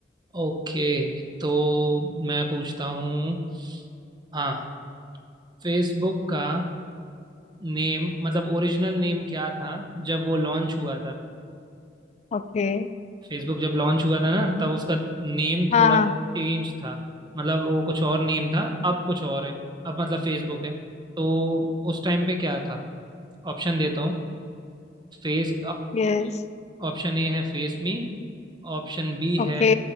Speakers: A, on the right; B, on the left.
A: ओके तो मैं पूछता हूँ हाँ फेसबुक का नेम मतलब ओरिजिनल नेम क्या था जब वो लॉन्च हुआ था
B: ओके
A: फेसबुक जब लॉन्च हुआ था ना तब उसका नेम
B: हाँ
A: थोड़ा
B: हाँ
A: सा चेंज था मतलब वो कुछ और नेम था अब कुछ और है अब मतलब फेसबुक है तो उस टाइम पे क्या था ऑप्शन देता हूँ फेस
B: यस
A: ऑप्शन ए है फेस मी ऑप्शन बी
B: ओके
A: है